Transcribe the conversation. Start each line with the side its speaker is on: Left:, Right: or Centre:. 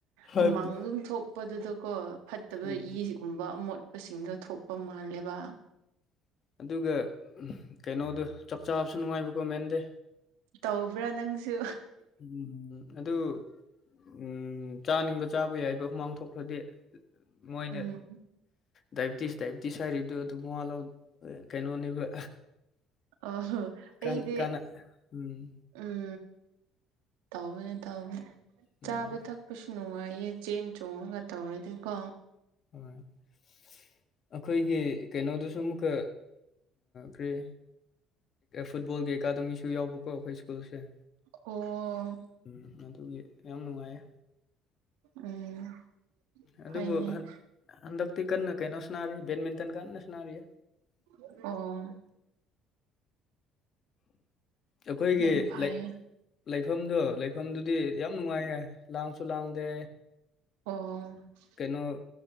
Left: ꯍꯥꯏꯕꯗꯤ
Right: ꯍꯨꯃꯥꯡ ꯑꯗꯨꯝ ꯊꯣꯛꯄꯗꯨꯗꯀꯣ ꯐꯠꯇꯕ
Left: ꯎꯝ
Right: ꯏꯁꯤ ꯒꯨꯝꯕ ꯑꯃꯣꯠꯄꯁꯤꯡꯗꯣ ꯊꯣꯛꯄ ꯃꯥꯜꯂꯦꯕ
Left: ꯑꯗꯨꯒ ꯀꯩꯅꯣꯗꯣ ꯆꯞ ꯆꯥꯕꯁꯨ ꯅꯨꯡꯉꯥꯏꯕꯀꯣ ꯃꯦꯟꯗꯦ
Right: ꯇꯧꯕ꯭ꯔꯥ ꯅꯪꯁꯨ
Left: ꯎꯝ ꯑꯗꯨ ꯎꯝ ꯆꯥꯅꯤꯡꯕ ꯆꯥꯕ ꯌꯥꯏꯕ ꯑꯃꯨꯃꯥꯡ ꯊꯣꯛꯈ꯭ꯔꯗꯤ ꯃꯣꯏꯅ
Right: ꯎꯝ
Left: ꯗꯥꯏꯕꯤꯇꯤꯁ ꯗꯥꯏꯕꯤꯇꯤꯁ ꯍꯥꯏꯔꯤꯕꯗꯨꯣ ꯑꯗꯨꯝ ꯃꯜꯥꯎ ꯀꯩꯅꯣꯅꯦꯕ
Right: ꯑꯣ ꯑꯩꯗꯤ
Left: ꯀꯥꯟ ꯀꯥꯟꯅ ꯎꯝ
Right: ꯎꯝ ꯇꯧꯕꯅꯦ ꯇꯧꯕꯅꯤ
Left: ꯎꯝ
Right: ꯆꯥꯕ ꯊꯛꯄꯁꯨ ꯅꯨꯡꯉꯥꯏꯌꯦ ꯆꯦꯟ ꯆꯣꯡꯉꯒ ꯇꯧꯔꯗꯤꯀꯣ
Left: ꯍꯣꯏ ꯑꯩꯈꯣꯏꯒꯤ ꯀꯩꯅꯣꯗꯁꯨ ꯑꯃꯨꯛꯀ ꯀꯔꯤ ꯐꯨꯠꯕꯣꯜꯒꯤ ꯑꯦꯀꯥꯗꯃꯤꯁꯨ ꯌꯥꯎꯕꯀꯣ ꯑꯩꯈꯣꯏ ꯁ꯭ꯀꯨꯜꯁꯦ
Right: ꯑꯣ
Left: ꯎꯝ ꯑꯗꯨꯒꯤ ꯌꯥꯝ ꯅꯨꯡꯉꯥꯏꯌꯦ
Right: ꯎꯝ
Left: ꯑꯗꯨꯕꯨ
Right: ꯐꯩꯅꯦ
Left: ꯍꯟꯗꯛꯇꯤ ꯀꯟꯅ ꯀꯩꯅꯣꯁꯨꯟꯅꯔꯤ ꯕꯦꯠꯃꯤꯟꯇꯟ ꯀꯟꯅꯁꯨꯅꯥꯔꯤꯌꯦ
Right: ꯑꯣ
Left: ꯑꯩꯈꯣꯏꯒꯤ
Right: ꯌꯥꯝ ꯐꯩꯌꯦ
Left: ꯂꯩ ꯂꯩꯐꯝꯗꯣ ꯂꯩꯐꯝꯗꯨꯗꯤ ꯌꯥꯝ ꯅꯨꯡꯉꯥꯏꯌꯦ ꯂꯥꯡꯁꯨ ꯂꯥꯡꯗꯦ
Right: ꯑꯣ
Left: ꯀꯩꯅꯣ